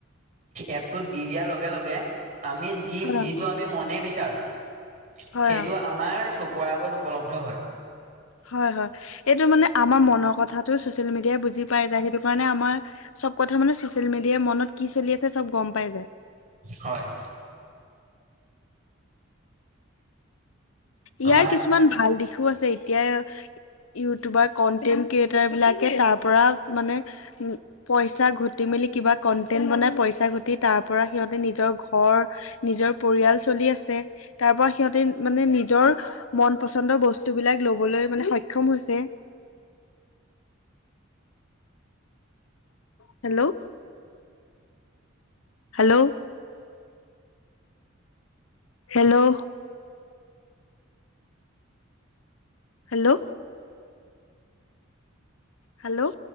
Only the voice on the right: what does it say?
এপটোত দি দিয়াৰ লগে লগে। আমি যি
যিটো আমি মনে বিচাৰো
সেইটো
আমাৰ চকুত। পোৱা আগত উপলব্ধ হয়
হয় তোমাৰ
<inaudible>